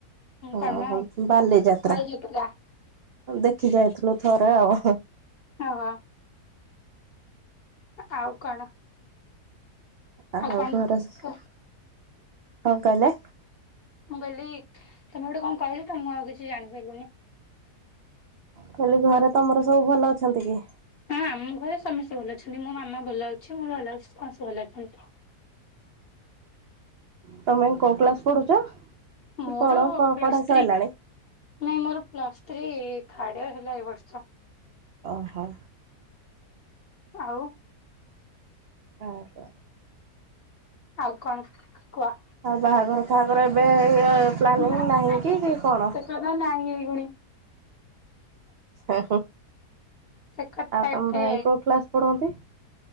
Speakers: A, on the right (about 75°); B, on the left (about 45°).
A: ହଁ
B: କଣ ନା
A: ବାଲିଯାତ୍ରା
B: ବାଲିଯାତ୍ରା
A: ଦେଖି ଯାଇଥିଲୁ ଥରେ ଆଉ ହୁଁ।
B: ହଁ ହଁ। ଆଉ କଣ?
A: ଆଉ
B: କଣ
A: ଘରେ କଣ
B: କୁହ
A: କହିଲେ?
B: ମୁଁ କହଲି ତମେ ଗୋଟେ କଣ କହିଲି ତ ମୁଁ ଆଉ କିଛି ଜାଣି ପାଇଲୁନି।
A: କଇଲି ଘରେ ତମର ସବୁ ଭଲ ଅଛନ୍ତି କି?
B: ହଁ ଆମ ଘରେ ସମସ୍ତେ ଭଲ ଅଛନ୍ତି ମୋ ମାମା ଭଲ ଅଛି ମୁଁ ଭଲ ଅଛି ସମସ୍ତେ ଭଲ ଅଛନ୍ତି।
A: ତମେ କୋଉ କ୍ଲାସ ପଢୁଛ କି
B: ମୋର
A: କଣ ପ-ପଢା
B: ପ୍ଲସ୍ ଥ୍ରୀ
A: ସଇଲାଣି?
B: ନାଇଁ ମୋର ପ୍ଲସ୍ ଥ୍ରୀ ଥାର୍ଡ ଇୟର ହେଲା ଏ ବର୍ଷ।
A: ଓହୋ।
B: ଆଉ
A: ଆଉ କଣ?
B: ଆଉ କଣ କୁହ?
A: ଆଉ ବାହାଘର ଫହାଘର ଏବେ ଇଏ ପ୍ଲାନିଂ
B: ନାଇଁ
A: ନାହିଁ
B: ନାଇଁ
A: କି କଣ?
B: ସେ କଥା ନାଇଁ ଏଇଗୁଣି
A: ହୁଁ ହୁଁ।
B: ସେ କଥା
A: ଆଉ
B: ଏବେ
A: ତମ ଭାଇ କୋଉ କ୍ଲାସ ପଢନ୍ତି?